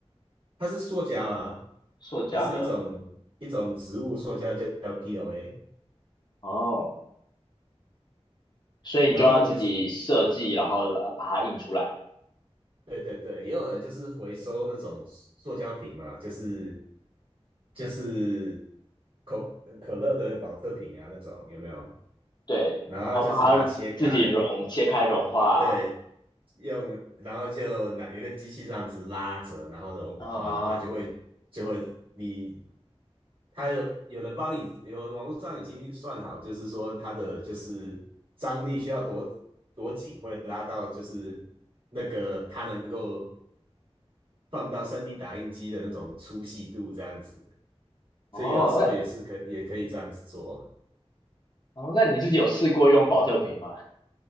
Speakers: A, on the right; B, on the left.
A: 它是塑胶啊，
B: 塑胶的。
A: 它是一种一种植物塑胶，就叫 POA。
B: 哦，所以你就要自己设计，
A: 然后也
B: 然后呃把它印出来，
A: 对对对，也有人就是回收那种塑胶瓶嘛，就是就是可可乐的保特瓶啊那种有没有？
B: 对，
A: 然后就是把它切开，
B: 然后把它自己融切开融化
A: 对，用，然后就拿有一个机器这样子拉着，然后融化，
B: 啊。
A: 然后它就会就会你，它有有人帮你，有网络上已经算好，就是说它的就是张力需要多多紧，会拉到就是那个它能够放到三 d 打印机的那种粗细度这样子，
B: 哦，
A: 所以有的时候也是可也可以这样子做。
B: 那哦，那你自己有试过用保特瓶吗？